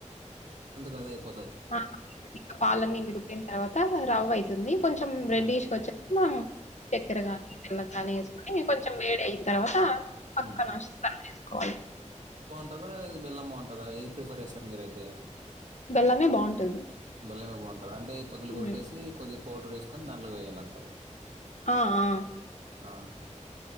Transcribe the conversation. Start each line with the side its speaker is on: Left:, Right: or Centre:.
Right: కదేపు
Left: పాలన్నీ ఇమిరిపోయిన్ పాలన్ని ఇమిరీపోయినయ్ తర్వాత రవ్వయితుంది. కొంచెం రెడ్డిష్కొచ్చే
Right: ఉమ్,
Left: చక్కెర గానీ బెల్లం గానీ వేసుకోని కొంచెం వేడి అయిన తర్వాత పక్కన
Right: ఉమ్.
Left: సరి చేసుకోవాలి.
Right: టాదా బెల్మ్మగుంటుందా ఏది ప్రిఫర్ చేస్తారు మీరైతే
Left: బెల్లమే బావుంటది.
Right: బెల్లమే బాగుంటది అంటే ఈ పగలు
Left: హ్మ్.
Right: కొట్టేసి కొద్ది పౌడర్ వేసుకొని దానిలో వేయాలంటారు
Left: ఆ! ఆ!
Right: ఆహా